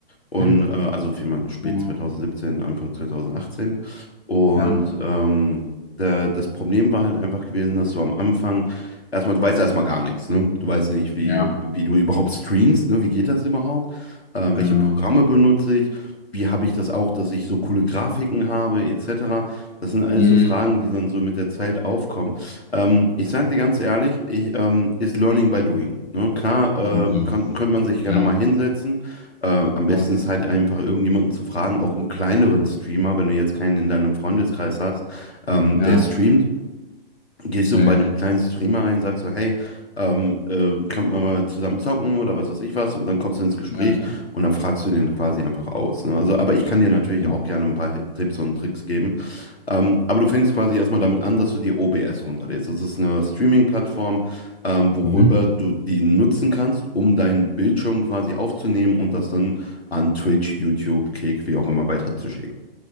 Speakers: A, on the left (about 85°); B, on the left (about 55°).
A: Und
B: hm,
A: äh, also vielmehr spät
B: oh,
A: 2017, Anfang 2018. Und
B: ja,
A: ähm, der, das Problem war halt einfach gewesen, dass du am Anfang erstmal, du weißt ja erstmal gar nichts, ne? Du weißt nicht, wie,
B: ja,
A: wie du überhaupt streamst, ne? Wie geht das überhaupt? Äh,
B: genau.
A: welche Programme benutze ich? Wie habe ich das auch, dass ich so coole Grafiken habe, etc. Das sind alles
B: Hm,
A: so Fragen, die dann so mit der Zeit aufkommen. Ähm, ich sage dir ganz ehrlich, ich, ähm, ist Learning by Doing. Ne? Klar, äh,
B: okay,
A: kann, könnte man sich gerne
B: ja,
A: mal hinsetzen äh, am besten
B: okay,
A: ist halt einfach irgendjemanden zu fragen, auch einen kleineren Streamer, wenn du jetzt keinen in deinem Freundeskreis hast, ähm,
B: ja,
A: der streamt gehst
B: safe,
A: du bei einem kleinen Streamer rein, sagst so, hey, ähm, äh, könnt man mal zusammen zocken oder was weiß ich was und dann kommst du ins Gespräch
B: ja,
A: und dann fragst du den quasi einfach aus. Ne? Also, aber ich kann dir natürlich
B: ja,
A: auch gerne ein paar Hi- Tipps und Tricks geben. Ähm, aber du fängst quasi erstmal damit an, dass du dir OBS runterlädst. Das ist eine Streaming-Plattform, ähm, worüber
B: mhm,
A: du die nutzen kannst, um deinen Bildschirm quasi aufzunehmen und das dann an Twitch, YouTube, Kick, wie auch immer weiterzuschicken.